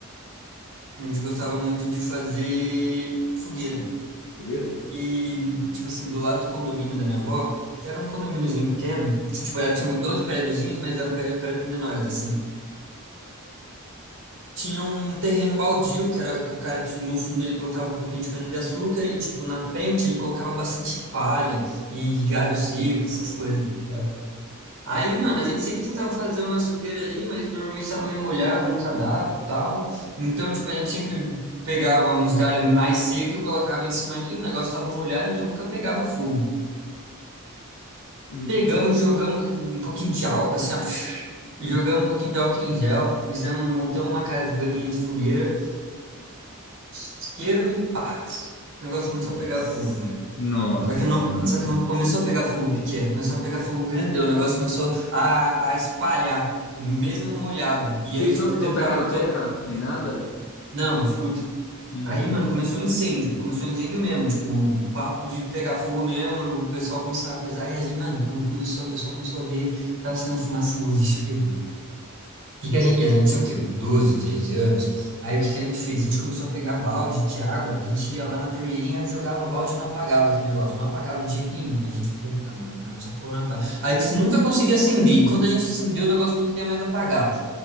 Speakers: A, on the right (about 55°); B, on the left (about 55°).
A: A gente gostava muito de fazer fogueira.
B: Fogueira?
A: E,
B: Ah, não.
A: tipo assim, do lado do condomínio da minha avó, que era um condomíniozinho pequeno, que, tipo, era, tinha 12 prédiozinhos, mas eram pré- prédios menores, assim. Tinha um terreno baldio, que era que o cara, tipo, no fundo, ele plantava um pouquinho de cana-de-açúcar e, tipo, na
B: Hum.
A: frente ele colocava bastante palha e galho seco, essas coisas, tá ligado? Aí, mano, a gente sempre tentava fazer uma fogueira ali, mas normalmente estava meio molhado, nunca dava e tal. Então, tipo, a gente sempre pegava uns galhos mais secos, colocava em cima ali, o negócio estava molhado, então nunca pegava fogo.
B: Hum.
A: Pegamos, jogamos um pouquinho de álcool, assim, ó, <sniffs> jogamos um pouquinho de álcool em gel, fizemos, montamos uma cabaninha de fogueira, isqueiro e pá, o negócio começou
B: Nossa.
A: a pegar fogo, velho.
B: Nossa,
A: Só que não,
B: mano.
A: só que não começou a pegar fogo pequeno, começou a pegar fogo grandão. O negócio começou a, a espalhar, mesmo molhado. E
B: Vocês
A: aí, tipo,
B: não,
A: porque
B: não
A: não
B: tacaram
A: tava
B: terra
A: tão.
B: nem nada?
A: Não, escuta.
B: Hum.
A: Aí, mano, começou um incêndio. Começou um incêndio mesmo. Tipo, papo de pegar fogo mesmo. O pessoal começou a coisa. Aí a gente, mano, quando começou, o pessoal começou a ver que tava sendo fumaça, assim, o bicho ferrou que que a gente, e a gente tinha o quê? Uns 12, 13 anos. Aí o que que a gente fez? A gente começou a pegar balde de água, a gente
B: Hum.
A: ia lá na torneirinha, jogava balde e não apagava aquele negócio. Não apagava de jeito nenhum. E a gente, puta, mano, não, essa porra não apaga. A gente nunca conseguia acender. E quando a gente acendeu, o negócio não queria mais apagar.